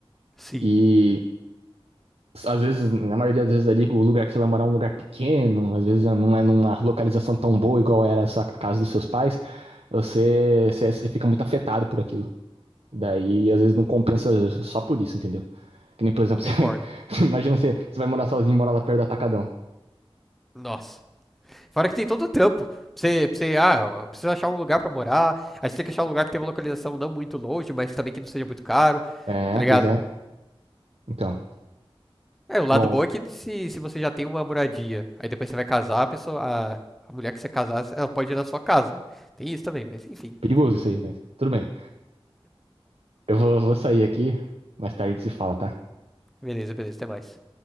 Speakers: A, in the centre; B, on the right (about 85°).
A: Sim,
B: E. às vezes, na maioria das vezes ali, o lugar que você vai morar é um lugar pequeno, às vezes não é numa localização tão boa igual era a sua- a casa dos seus pais, você, você, você fica muito afetado por aquilo. Daí, às vezes, não compensa só por isso, entendeu? Que nem, por exemplo,
A: concordo.
B: <laughs> você, você imagina você, você vai morar sozinho e mora lá perto do Atacadão.
A: Nossa. Fora que tem todo o trampo. Pra você, pra você, ah, precisa achar um lugar pra morar. Aí você tem que achar um lugar que tenha uma localização não muito longe, mas também que não seja muito caro.
B: É,
A: Tá ligado?
B: pois é. Então,
A: É, o lado
B: bom,
A: bom é que se, se você já tem uma moradia, aí depois você vai casar, a pessoa, a, a mulher que você casar, ela pode ir na sua casa. Tem isso também, mas enfim.
B: perigoso
A: né?
B: isso aí, mas tudo bem. Eu vou, vou sair aqui, mais tarde a gente se fala, tá?
A: Beleza, beleza, até mais.